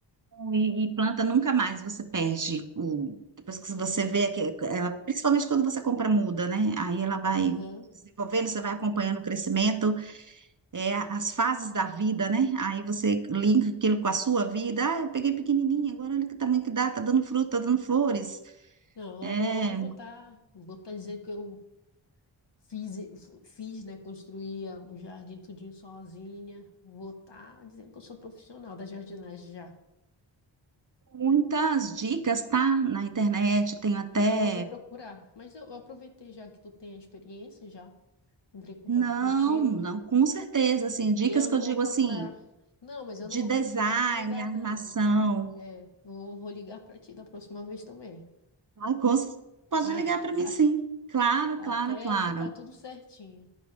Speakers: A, on the right; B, on the left.
A: E, e planta nunca mais você perde o. Depois que você vê que ela, principalmente quando você compra muda, né? Aí ela vai
B: Aham.
A: desenvolvendo, você vai acompanhando o crescimento, é, as fases da vida, né? Aí você linka aquilo com a sua vida. Ah, eu peguei pequenininha, agora olha que tamanho que dá, tá dando fruta, tá dando flores.
B: Não, logo,
A: É,
B: logo eu vou estar, vou estar dizendo que eu fiz, e- f- fiz, né, Construía um jardim tudinho sozinha. Vou estar dizendo que eu sou profissional da jardinagem já.
A: muitas dicas, tá? Na internet, tenho até.
B: Não, eu vou procurar. Mas eu, eu aproveitei já que tu tem a experiência, já entrei em contato
A: Não,
B: contigo.
A: não, com certeza, assim, dicas
B: E eu
A: que
B: não
A: eu digo
B: vou procurar.
A: assim,
B: Não, mas eu
A: de
B: não vou
A: design,
B: procurar em outro lugar,
A: arrumação,
B: não. É, eu vou vou ligar pra ti da próxima vez também.
A: ai, com certeza, pode
B: Ah,
A: ligar para
B: <laughs>
A: mim sim. Claro,
B: até
A: claro, claro.
B: ficar tudo certinho.